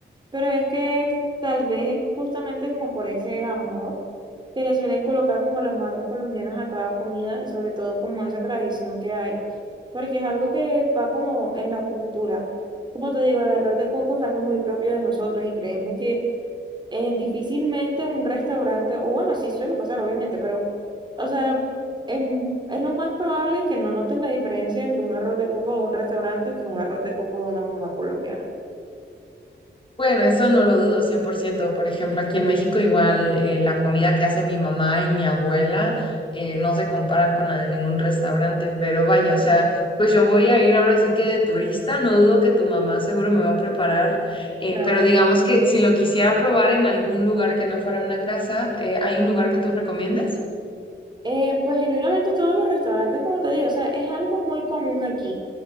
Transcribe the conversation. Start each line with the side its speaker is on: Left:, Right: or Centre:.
Right: Pero es que tal vez es justamente como por ese amor que le suelen colocar como a las madres colombianas a cada comida y sobre todo como esa tradición que hay, porque es algo que va como en la cultura. Como te digo, el arroz de coco es algo muy propio de nosotros y créeme que eh, difícilmente un restaurante, o bueno, sí suele pasar obviamente, pero o sea, em, es lo más probable que no notes la diferencia entre un arroz de coco de un restaurante que un arroz de coco de una mamá colombiana.
Left: Bueno, eso no lo dudo 100%. Por ciento. Por ejemplo, aquí en México igual eh, la comida que hace mi mamá y mi abuela eh, no se comparan con la de ningún restaurante, pero vaya, o sea, pues yo voy a ir ahora sí que de turista, no dudo que tu mamá seguro me va a preparar, eh,
Right: Claro,
Left: pero digamos que si lo quisiera probar en algún lugar que no fuera una casa, eh, ¿hay un lugar que tú recomiendes?
Right: Eh, pues genuinamente todos los restaurantes, como te digo, o sea, es algo muy común aquí.